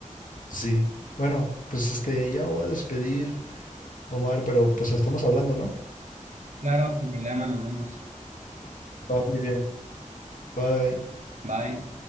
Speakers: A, on the left (about 80°); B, on the right (about 65°).
A: pues sí. Bueno, pues este, ya me voy a despedir, Omar, pero pues estamos hablando, ¿no?
B: Claro, sin problema, nos vemos.
A: Va muy bien, bye.
B: Bye.